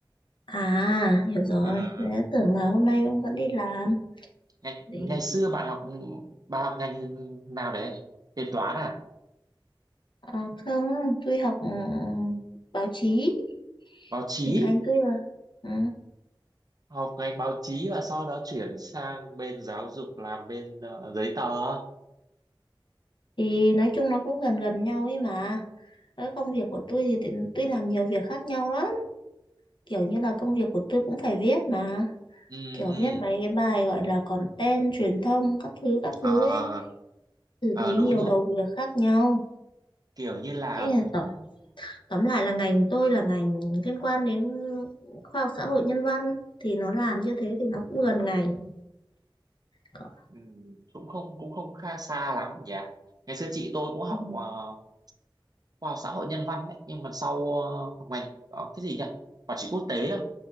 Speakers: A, on the left (about 65°); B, on the right (about 50°).
A: À, hiểu rồi.
B: Ờ,
A: Thế Tưởng là hôm nay ông vẫn đi làm.
B: ngày
A: Để
B: ngày xưa bạn học bà học ngành nào đấy kế toán à
A: à, không, tôi học ừ, báo chí
B: báo chí
A: thì ngành tôi là ừ.
B: học ngành báo chí và sau đó chuyển sang bên giáo dục làm bên ờ, giấy tờ
A: thì nói chung nó cũng gần gần nhau ấy mà cái công việc của tôi thì thì tôi làm nhiều việc khác nhau lắm kiểu như là công việc của tôi cũng phải viết mà
B: ừ
A: kiểu
B: ừ
A: viết mấy cái bài gọi là content truyền thông các thứ các
B: à,
A: thứ ấy xử
B: ờ,
A: lý
B: đúng
A: nhiều
B: rồi
A: đầu việc khác nhau
B: kiểu như là
A: thế là tóm tóm lại là ngành tôi là ngành liên quan đến khoa học xã hội nhân văn thì nó làm như thế thì nó cũng gần ngành Có-
B: ừ, cũng không cũng không kha xa lắm nhỉ ngày xưa chị tôi cũng học
A: ừ.
B: ờ, khoa học xã hội nhân văn đấy nhưng mà sau ờ, học ngành ờ, cái gì nhỉ quản trị quốc tế à